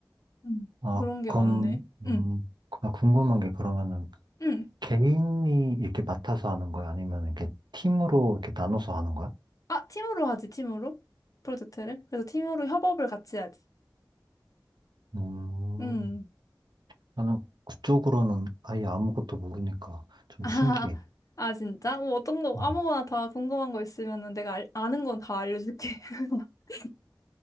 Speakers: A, on the left (about 45°); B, on the right (about 70°).
A: 음,
B: 아,
A: 그런 게
B: 그럼,
A: 많네.
B: 음,
A: 응,
B: 나 궁금한 게 그러면은
A: 응.
B: 개인이 이렇게 맡아서 하는 거야? 아니면 이렇게 팀으로 이렇게 나눠서 하는 거야?
A: 아, 팀으로 하지, 팀으로? 프로젝트를? 그래서 팀으로 협업을 같이 하지.
B: 음,
A: 응.
B: 나는 그쪽으로는 아예 아무것도 모르니까 좀
A: 아,
B: 신기해.
A: 아, 진짜? 뭐 어떤 거,
B: 음.
A: 아무거나 다 궁금한 거 있으면은 내가 알- 아는 건 다 알려줄게. <laughs>